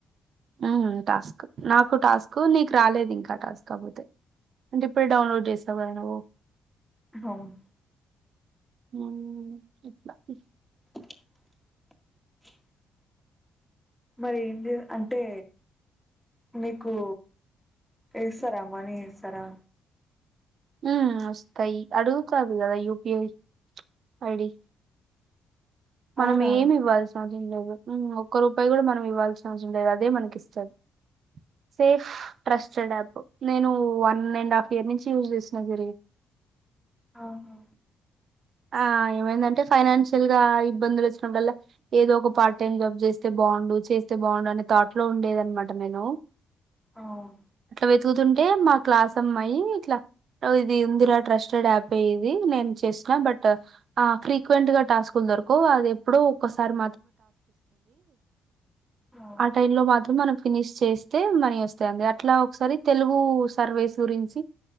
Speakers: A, on the right (about 50°); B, in the centre.
A: ఉ టాస్క్ నాకు టాస్క్ నీకు రాలేదు ఇంకా టాస్క్ కాకపోతే అంటే ఇప్పుడు డౌన్లోడ్ చేసావుకదా నువ్వు
B: అవును
A: <unintelligible>
B: <unintelligible> మరి ఏంది అంటే మీకు వేస్తారా మనీ వేస్తారా
A: హు వస్తాయి అడుగుతాది కదా యూపిఐ ఐడి మనం
B: అవునా
A: ఏమి ఇవ్వాల్సిన అవ ఏమ్ లేదు ఒక్క రూపాయి కూడా మనం ఇవ్వాల్సిన అవసరం లేదు అదే మనకి ఇస్తాది సేఫ్ ట్రస్టెడ్ యాప్ నేను వన్ అండ్ హాఫ్ ఇయర్ నుంచి యూజ్ చేసిన సిరి <unintelligible>
B: ఆహా
A: ఆ ఏమైందంటే ఫైనాన్షియల్ గా ఇబ్బందులు వచ్చినప్పుడల్ల ఏదో ఒక పార్ట్ టైమ్ జాబ్ చేస్తే బా బాగుండు చేస్తే బాగుండు అనే తాట్ లో ఉండేదనమాట నేను
B: అవును
A: వెతుకుతుంటే మా క్లాస్ అమ్మాయి ఇట్లా అది ఏందిరా ట్రస్టెడ్ యాప్ ఏం ఇది నేను చేసిన బట్ ఆ ఫ్రీక్వెంట్ గా టాస్కులు దోరకావు అది ఎప్పుడో ఒక్కసారి
B: అవును
A: ఆ టైమ్ లో మాత్రం మనం ఫినిష్ చేస్తే మనీ వస్తాంది అట్లా ఒకసారి తెలుగు సర్వేస్ గురించి